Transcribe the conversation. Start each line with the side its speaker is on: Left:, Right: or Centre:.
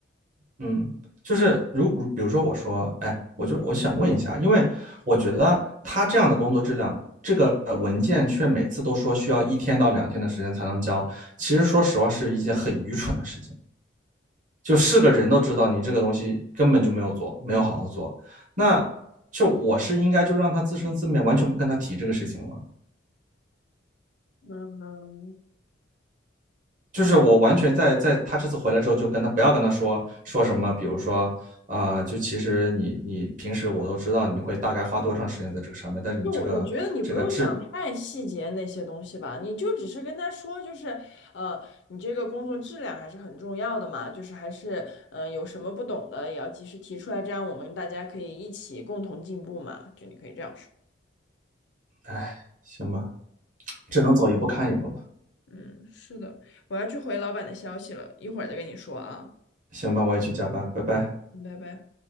Right: 嗯，就是如如，比如说我说，哎，我就我想问一下，因为我觉得他这样的工作质量，这个文件却每次都说需要一天到两天的时间才能交，其实说实话是一件很愚蠢的事情，就是个人都知道你这个东西根本就没有做，没有好好做，那就我是应该就让他自生自灭，完全不跟他提这个事情吗？
Left: 嗯，
Right: 就是我完全在在他这次回来之后，就跟他不要跟他说说什么，比如说，啊，呃就其实你你平时我都知道你会大概花多长时间在这个上面，但是你这个这个质，
Left: 就我我觉得你不用讲太细节那些东西吧，你就只是跟他说，就是呃，你这个工作质量还是很重要的嘛，就是还是嗯、呃有什么不懂的也要及时提出来，这样我们大家可以一起共同进步嘛，就你可以这样说。
Right: 哎，行吧，只能走一步看一步了，
Left: 嗯，是的，我要去回老板的消息了，一会儿再跟你说啊，
Right: 行吧，我也去加班，拜拜。
Left: 拜拜。